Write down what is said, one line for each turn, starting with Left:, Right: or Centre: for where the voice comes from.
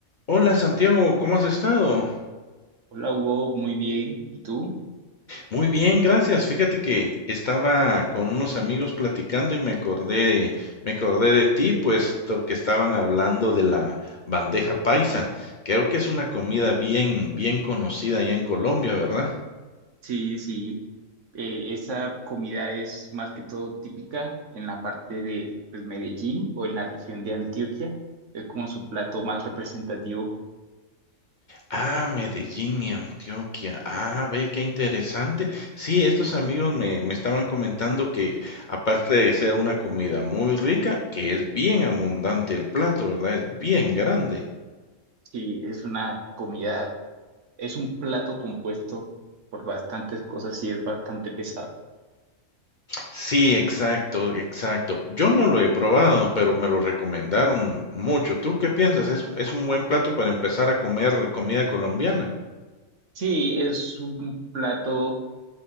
Left: Hola Santiago, ¿cómo has estado?
Right: Hola Hugo, muy bien. ¿Y tú?
Left: Muy bien, gracias. Fíjate que estaba con unos amigos platicando y me acordé, me acordé de ti, puesto que estaban hablando de la bandeja paisa. Creo que es una comida bien, bien conocida allá en Colombia, ¿verdad?
Right: Sí, sí. Eh, esa comida es más que todo típica en la parte de pues, Medellín o en la región de Antioquia. Es como su plato más representativo.
Left: Ah, Medellín y Antioquia. Ah, ve, qué interesante. Sí, estos amigos me, me estaban comentando que aparte de ser una comida muy rica, que es bien abundante el plato, ¿verdad? Es bien grande.
Right: Sí, es una comida, es un plato compuesto por bastantes cosas y es bastante pesado.
Left: Sí, exacto, exacto. Yo no lo he probado, pero me lo recomendaron mucho. ¿Tú qué piensas? ¿Es, es un buen plato para empezar a comer comida colombiana?
Right: Sí, es un plato,